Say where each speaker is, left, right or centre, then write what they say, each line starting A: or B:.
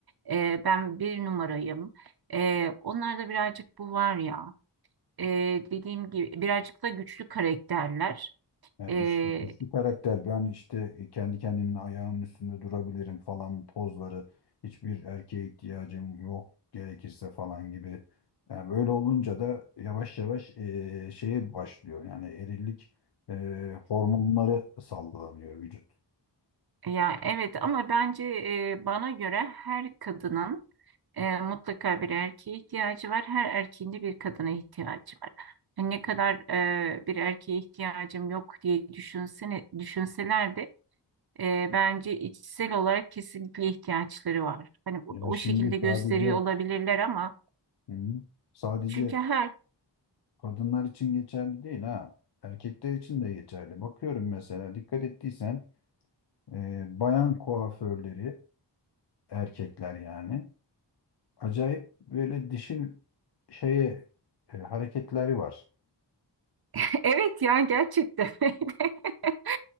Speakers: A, on the right; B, on the left.
A: eee, ben bir numarayım Eee, onlarda birazcık bu var ya Eee, dediğim gibi birazcık da güçlü karakterler
B: Yani
A: Eee,
B: güçlü, güçlü karakter. Ben işte e, kendi kendimin ayağının üstünde durabilirim falan pozları. Hiçbir erkeğe ihtiyacım yok gerekirse falan gibi. Yani böyle olunca da yavaş yavaş eee, şeye başlıyor. Yani erillik eee, hormonları salgılanıyor vücut.
A: Ya evet ama bence e, bana göre her kadının e, mutlaka bir erkeğe ihtiyacı var. Her erkeğin de bir kadına ihtiyacı var. Yani ne kadar e, bir erkeğe ihtiyacım yok diye düşünsene, düşünseler de e, bence içsel olarak kesinlikle ihtiyaçları var. Hani o,
B: Ya
A: o
B: şimdi
A: şekilde gösteriyor
B: sadece
A: olabilirler ama
B: hı hı, sadece
A: çünkü her
B: kadınlar için geçerli değil ha. Erkekler için de geçerli. Bakıyorum mesela dikkat ettiysen eee, bayan kuaförleri erkekler yani. acayip böyle dişil şeye e, hareketleri var.
A: <laughs> evet yani gerçekten öyle. <laughs>